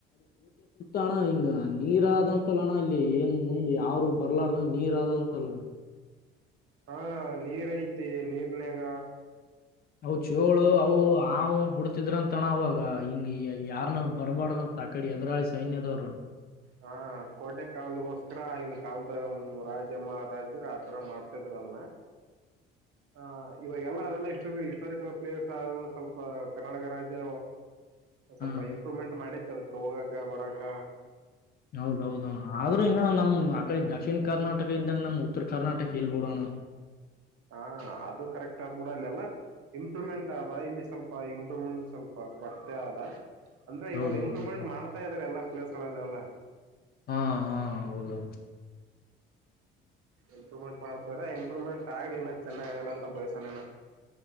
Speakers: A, on the left (about 35°); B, on the right (about 50°).
A: ಅಣ್ಣ ಹಿಂಗ ನೀರ ಆದಂತಲ್ಲ ಅಣ್ಣ ಅಲ್ಲಿ ಏನ್ ಮುಂದ್ ಯಾರು ಬರ್ಲಾರ್ದಂಗ ನೀರ್ ಆದಂತಲಣ್ಣ
B: ಹಾ ನೀರ್ ಐತಿ ನೀರನ್ಯಾಗ
A: ಅವು ಚೋಳು ಅವು ಹಾವು ಬಿಡ್ತ ಹಾಕತಿದ್ರಂತಣ ಅವಾಗ ಹಿಂಗ ಯಾರನ ಬರಬಾಡ್ದಂತ ಆಕಡೆ ಎದುರಾಳಿ ಸೈನ್ಯದವ್ರು
B: ಹ ಕೋಟೆ ಕಾವಲಿಗೋಸ್ಕರ ಆಗಿನ ಕಾಲದ ರಾಜ ಮಹಾರಾಜರ ಆತರ ಮಾಡ್ತಿದ್ರ ಅದನ್ನ ಆ ಇವಾಗೆಲ್ಲ ಅದೆಲ್ಲ ಇಸ್ಟೋರಿಕಲ್ ಪ್ಲೇಸ್ ಆದ ಸ್ವಲ್ಪ ಕರ್ನಾಟಕ ರಾಜ್ಯ ಸ್ವಲ್ಪ
A: ಹ್ಮ್
B: ಇಂಪ್ರೂವ್ಮೆಂಟ್ ಮಾಡಿತ್ತ ಅದಕ್ಕ ಹೋಗಾಕ್ಕ ಬರಾಕ್ಕ
A: ಹೌದೌದ ಆದ್ರೂ ಇನ್ನ ನಮ್ ಆಕಡ ದಕ್ಷಿಣ ಕರ್ನಾಟಕ ಇದ್ದಂಗ ನಮ್ ಉತ್ತರ ಕರ್ನಾಟಕ ಇಲ್ಲಬೀಡಣ್ಣ
B: ಹಾ ಅದು ಕರೆಕ್ಟ್ ಆಗ್ಬಿಡ ಅಲ್ಲ ಅಲ್ಲ ಇಂಪ್ರೂವ್ಮೆಂಟ್ ಆದ ಇಲ್ಲಿ ಸ್ವಲ್ಪ ಇಂಪ್ರೂವ್ಮೆಂಟ್ ಸ್ವಲ್ಪ ಕೊರತೆ ಆದ ಅಂದ್ರೆವಾಗ
A: ಹೌದೌದು
B: ಇಂಪ್ರೂವ್ಮೆಂಟ್ ಮಾಡತಾ ಇದ್ದಾರೆ ಎಲ್ಲ ಎಲ್ಲ
A: ಹಾ ಹಾ ಹೌದೌದು
B: ಇಂಪ್ರೂವ್ಮೆಂಟ್ ಮಾಡತರ ಇಂಪ್ರೂವ್ಮೆಂಟ್ ಆಗಲಿ ಇನ್ನ ಚೆನ್ನಾಗ ಆಗಲಿ ಅಂತ ಬಯಸೋಣ ಇನ್ನ